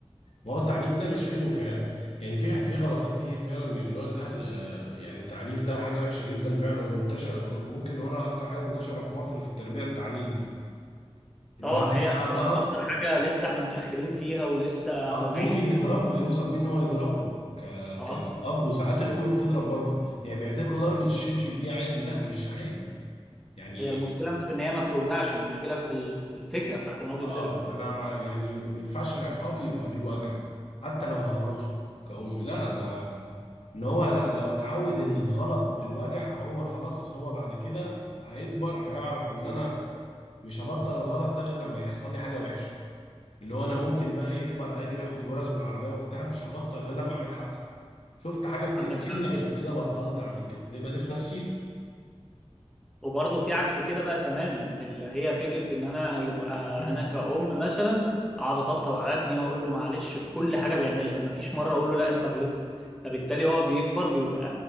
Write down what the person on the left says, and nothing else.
ما هو التعنيف ده مش حلو فعلا يعني في في غلطات كتير فعلا بيعملوها الاهل آه، يعني التعنيف ده حاجه وحشه جدا فعلا ومنتشره ممكن هنا اكتر حاجه منتشره في مصر في التربيه التعنيف اللي
هو تعمل
حاجه غلط
آه،
وممكن
يضربه
يوصل بيه ان هو يضربه ك...
كأب وساعات الأم بتضرب برضه يعني بيعتبروا ضربة الشبشب دي عادي لا مش عادي يعني
اه انا ما يعني ما ينفعش العقاب يبقى بالوجع حتى لو هقرصه كأم لا انا ان هو ل- لو اتعود ان الغلط بالوجع هو خلاص هو بعد كده هيكبر هيعرف ان انا مش هبطل الغلط ده غير لما يحصل لي حاجة وحشة اللي هو انا ممكن بقى يكبر اجري اخد غرز بالعربيه وبتاع مش هبطل غير لما اعمل حادثه شفت حاجه بتألمني
عشان كده بطلت اعمل كده يبقى دي في نفسيته
<clears throat>